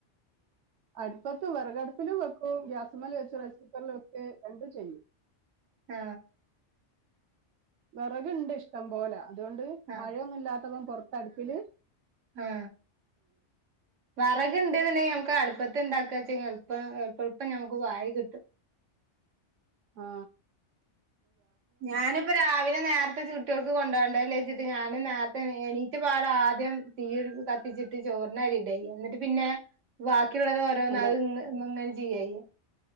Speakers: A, on the right (about 75°); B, on the right (about 85°).
A: അടുപ്പത്ത് വെറകടുപ്പിലും വെക്കും ഗ്യാസ്മ്മല് വെച്ച് റൈസ് കുക്കറില് വെക്കെ രണ്ട് ചെയ്യും
B: ആ
A: വെറകുണ്ട് ഇഷ്ടം പോലെ അതുകൊണ്ട്
B: ആഹ്
A: മഴയൊന്നുല്ലാത്തപ്പം പൊറത്തടുപ്പില്
B: ആ വെറക് ഇണ്ട്ന്നെണ്ടങ്കെ ഞമ്മക്ക് അടുപ്പത്ത് ഇണ്ടാക്ക ച്ചിങ്ങ എളുപ്പം എളുപ്പം ഞമക്ക് വാരി കിട്ടും
A: ആ
B: ഞാനിപ്പ രാവിലെ നേരത്തെച്ച് കുട്ട്യോളക്ക് കൊണ്ടുവണ്ടേന്ന്ച്ച് ഞാന് നേരത്തെ എണീഎണീറ്റ പാട് ആദ്യം തീയ്യ് കത്തിച്ചിട്ട് ചോറിനരിടയ്യ ന്നിട്ട് പിന്നെ ബാക്കിയുള്ളത് ഓരോന്ന്
A: അതെ
B: അത് ങ്ങ്ങ്ങനെ ചെയ്യയ്യ